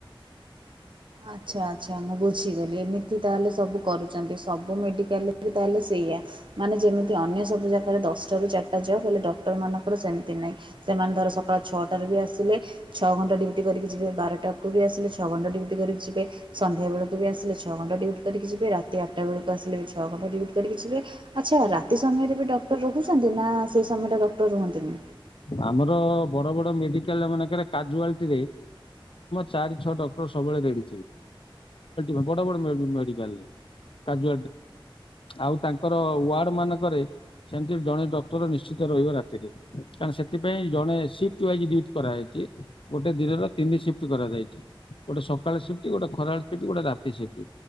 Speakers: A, on the right; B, on the left.
A: ଆଚ୍ଛା ଆଚ୍ଛା ମୁଁ ବୁଝିଗଲି ଏମିତି ତାହେଲେ ସବୁ କରୁଚନ୍ତି ସବୁ ମେଡିକାଲରେ ତାହେଲେ ସେଇ ମାନେ ଯେମିତି ଅନ୍ୟ ସବୁ ଜାଗାରେ ଦଶଟା ରୁ ଚାରିଟା ଯବ୍ ହେଲେ ଡକ୍ଟର ମାନଙ୍କ ସେମତି ନାହିଁ ସେମାନେ ଧର ସକାଳ ଛଅଟାରୁ ବି ଆସିଲେ ଛଅ ଘଣ୍ଟା ଡୁଉଟି କରିକି ଯିବେ ବାରଟାକୁ ବି ଆସିଲେ ଛଅ ଘ କରିକି ଯିବେ ସନ୍ଧ୍ୟା ବେଳକୁ ବି ଆସିଲେ ଛଅ ଘଣ୍ଟା ଡିଉଟି କରିକି ଯିବେ ରାତି ଆଠଟା ବେଳକୁ ଆସିଲେ ବି ଛଅ ଘଣ୍ଟା ଡିଉଟି କରିକି କି ଯିବେ ଆଛା ରାତି ସମୟରେ ବି ଡକ୍ଟର ରହୁଛନ୍ତି ନା ସେଇ ସମୟଟା ଡକ୍ଟର ରୁହନ୍ତିନି।
B: ଆମର ବଡ ବଡ ମେଡିକାଲ ମାନେ କାଜୁଆଲିଟି ରେ ଚାରି ଛଅ ଡକ୍ଟର ସବୁବେଳେ ରେଡି ିବୋଡ ମଡା କାଜୁ ଆଉ ତାଙ୍କର ୱାର୍ଡ ମାନଙ୍କରେ ସେମିତି ଜଣେ ଡକ୍ଟର ନିଶ୍ଚିତ ରହିବ ରାତିରେ କାରଣ ସେ ସେ ଜଣେ ସି୍ କରାଯାଇଛି ଗୋଟେ ଦିନର ତିନିି କରାଯଛି ଗଟ ସକାଳେି୍ଟି ଗୋଟେ ଖରାବେଳେ ସିଫ୍ଟି ଗୋଟେ ରାତିିଫଟି